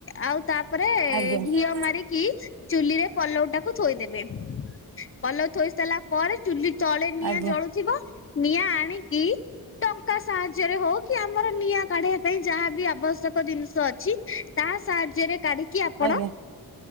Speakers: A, on the left (about 35°); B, on the right (about 65°).
A: ଆଉ ତାପରେ
B: ଆଜ୍ଞା
A: ଘିଅ
B: ଆଜ୍ଞା ଆଜ୍ଞା
A: ମାରିକି ଚୁଲିରେ ପଲଉଟାକୁ ଥୋଇଦେବେ ପଲଉ ତଳେ ଥୋଇ ସାରିଲା ପରେ ଚୁଲି ତଳେ ନିଆଁ
B: ଆଜ୍ଞା
A: ଜଳୁଥିବ ନିଆଁ ଆଣିକି ଟଙ୍କା ସାହାଯ୍ୟରେ ହଉ କି ଆମର ନିଆଁ କାଢିବା ପାଇଁ ଯାହାବି ଆବଶ୍ୟକ ଜିନିଷ ଅଛି ତା ସାହାଯ୍ୟରେ କାଢି କି ଆପଣ
B: ଆଜ୍ଞା